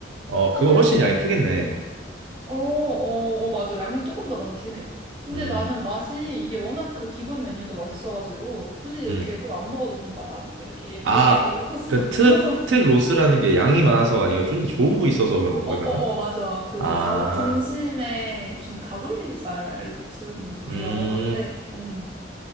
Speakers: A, on the right; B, on the right.
A: 어, 그건
B: 근데,
A: 훨씬 양이 크겠네.
B: 어, 어, 어, 맞아. 양이 조금 더 많긴 해. 근데
A: 음,
B: 나는 맛이 이게 워낙 그 기본 메뉴도 맛있어가지고, 굳이 이렇게
A: 음.
B: 꼭 안 먹어도 된다. 이렇게
A: 아,
B: <laughs> 얘기해주고 싶었어.
A: 그 특,
B: <laughs>
A: 특 로스라는 게 양이 많아서가 아니고 좀 더 좋은 부위 있어서 그런 건가,
B: 어, 어,
A: 그러면?
B: 어, 맞아. 그,
A: 아,
B: 가, 등심에 무슨 가브리살이 붙은 부위라고
A: 음.
B: 하는데, 음,